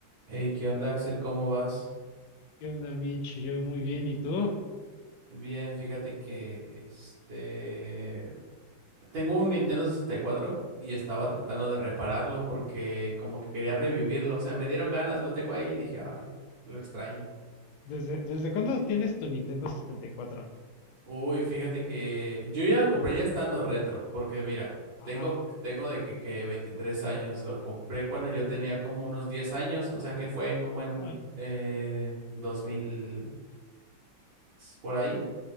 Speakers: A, on the right; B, on the left.
A: Hey, ¿qué onda, Axel? ¿Cómo vas?
B: ¿Qué onda, Mitch? Yo muy bien, ¿y tú?
A: Bien, fíjate que este tengo un Nintendo 64 y cuatro y estaba
B: Ajá.
A: tratando de repararlo porque como que quería revivirlo, o sea, me dieron ganas, lo tengo ahí y dije, ay, lo extraño.
B: ¿Desde, desde cuándo tienes tu Nintendo 64?
A: Uy, fíjate que yo ya lo compré ya estando retro, porque mira,
B: Ajá.
A: tengo tengo de que, que 23 años, lo compré cuando yo tenía como unos 10 años, o sea, que fue como
B: Uy,
A: en eh, 2010 por ahí.